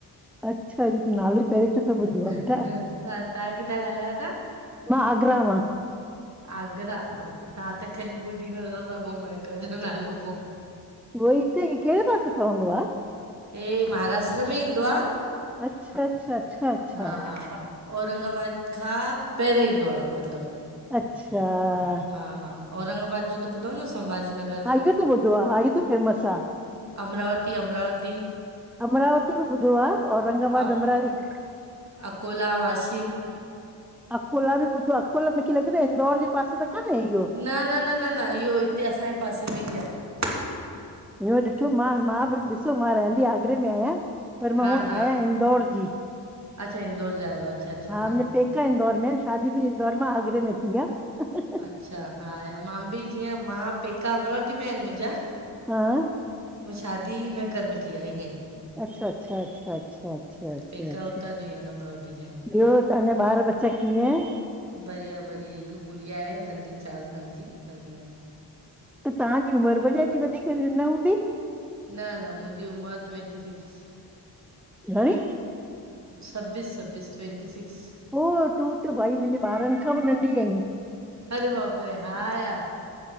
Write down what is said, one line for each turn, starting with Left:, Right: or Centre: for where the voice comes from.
Centre: अच्छा इ त नालो ई पहिरियों चक्कर ॿुधो
Right: तव्हां
Centre: आ बेटा।
Right: तव्हां किथां ॻाल्हायो था
Centre: मां आगरा मा।
Right: आगरा बाप तव्हां त कॾीं ॿुधी नथा सघो महकर जो नालो पो,
Centre: उहोई त ई कहिड़े पासे पवंदो आ?
Right: हे महाराष्ट्र में ईंदो आ।
Centre: अच्छा- अच्छा -अच्छा- अच्छा।
Right: हा औरंगाबाद खां पहिरे ईंदो आ मतिलबु।
Centre: अच्छा।
Right: हा -हा, औरंगाबाद जो त ॿुधो न सभाजी नगर जो
Centre: हा इयो त ॿुधो आ, हा इ त फेमस आ।
Right: अमरावती अमरावती
Centre: अमरावती बि ॿुधो आ, औरंगाबाद
Right: अ
Centre: अमरावती
Right: अकोला, वाशिम।
Centre: अकोला बि ॿुधो आ। अकोला, मूंखे लॻे थो इंदौर जे पासे त कान्हे इहो।
Right: न न न न न इहो हिते असांजे पासे में ई ज आहे।
Centre: इहो ॾिठो मां, मां बि, ॾिसो मां रहंदी आगरे में आहियां पर
Right: हा
Centre: मां हूअ
Right: हा
Centre: आहियां इंदौर जी।
Right: अच्छा इंदौर जा आहियो। अच्छा अच्छा
Centre: हा मुंहिंजा पैका आहेन इंदौर में, शादी मुंहिंजी इंदौर मां आगरे में थी आहे।
Right: अच्छा। हा, मां बि जीअं मां पेका अमरावती में आहिनि मुंहिंजा
Centre: हा
Right: पो शादी में कर में थी आई हे
Centre: अच्छा, अच्छा, अच्छा, अच्छा, अछ,
Right: पेका
Centre: अछ,
Right: हुतां जो ई आहिनि अमरावती जा आहिनि
Centre: ॿियो? तांजा ॿार बच्चा कीअं?
Right: बढ़िया, बढ़िया। हिक गुड़िया आहे नंढी चार साल जी, बढ़िया आहे।
Centre: त तहांजी उमिर ॾाॾी जी वधीक न हूंदी?
Right: न, न मुंहिंजी उमिर ट्वेंटी सिक्स।
Centre: घणी?
Right: छब्बीस, छब्बीस। Twenty six.
Centre: हो! तूं त भई मुंहिंजे ॿारनि खां भी नंढी आहीं।
Right: अरे बापरे हा या